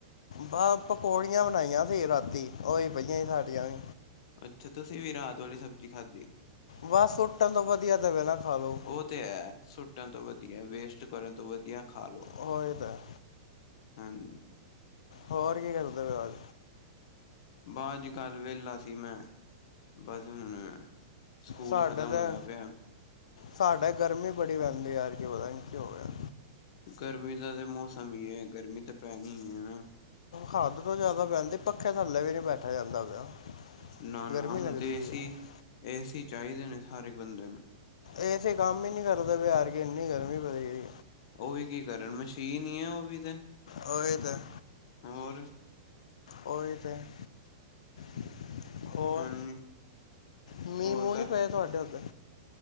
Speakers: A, on the left; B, on the left.
A: ਬਾਹ ਪਕੌੜੀਆਂ ਵਣਾਈਆਂ ਸੀ ਰਾਤੀ ਉਹੀ ਪਈਆਂ ਸੀ ਸਾਡੀਆਂ ਵੀ।
B: ਅੱਛਾ ਤੁਸੀਂ ਵੀ ਰਾਤ ਵਾਲੀ ਸਬਜ਼ੀ ਖਾਧੀ।
A: ਬਹ ਸੁੱਟਣ ਤੋਂ ਵਧੀਆ ਦੇਵੇ ਨਾ ਖਾ ਲਓ।
B: ਉਹ ਤੇ ਐ। ਸੁੱਟਣ ਤੋਂ ਵਧੀਆ ਵੇਸਟ ਕਰਨ ਤੋਂ ਵਧੀਆ ਖਾ ਲੋੋ।
A: ਹਾਂ। ਇਹ ਤਾਂ ਹੈ।
B: ਹਾਂਜੀ।
A: ਹੋਰ ਕੀ ਕਰਦੇ ਵੇ ਆਜ?
B: ਬਸ ਅੱਜ - ਕੱਲ੍ਹ ਵੇਹਲਾ ਸੀ ਮੈਂ। ਬਸ ਹੁਣ ਸਕੂਲ
A: ਸਾਡੇ
B: ਖ਼ਤਮ
A: ਤਾਂ
B: ਹੋਇਆ ਪਿਆ
A: ਸਾਡੇ ਗਰਮੀ ਬੜੀ ਪੈਂਦੀ ਐਤਕੀ ਪਤਾ ਨੀ ਕੀ ਹੋ ਗਿਆ?
B: ਗਰਮੀ ਦਾ ਤਾਂ ਮੌਸਮ ਹੀ ਏ। ਗਰਮੀ ਤਾਂ ਪੈਣੀ ਹੀ ਏ।
A: ਹੱਦ ਤੋਂ ਜਿਆਦਾ ਪੈਂਦੀ। ਪੱਖੇ ਥੱਲੇ ਵੀ ਨੀ ਬੈਠਾ ਜਾਂਦਾ ਪਿਆ।
B: ਨਾ-ਨਾ
A: ਗਰਮੀ
B: ਹੁਣ
A: ਲੱਗਦੀ
B: ਤੇ
A: ਪਈ
B: ਏਸੀ,
A: ਹੈ
B: ਏਸੀ ਚਾਹੀਦੇ ਨੇ, ਹਰ ਏਕ ਬੰਦੇ ਨੂੰ।
A: ਏ ਸੀ ਕੰਮ ਹੀ ਨੀ ਕਰਦਾ ਹਾਰ ਕੇ ਇੰਨੀ ਗਰਮੀ ਵਧ ਰੀ ਏ।
B: ਉਹ ਵੀ ਕੀ ਕਰਨ ਮਸ਼ੀਨ ਹੀ ਏ ਉਹ ਵੀ ਤੇ,
A: ਆ ਇਹ ਤਾਂ ਏ।
B: ਹੋਰ।
A: ਹਾਂ। ਏਹ ਤਾਂ ਹੈ ਮੀਚ ਹੋਰ
B: ਹਾਂਜੀ
A: ਮੀਹ-ਮੂੰਹ
B: ਹੋਰ ਦੱਸ
A: ਨੀ ਪਏ ਤੁਹਾਡੇ ਉੱਧਰ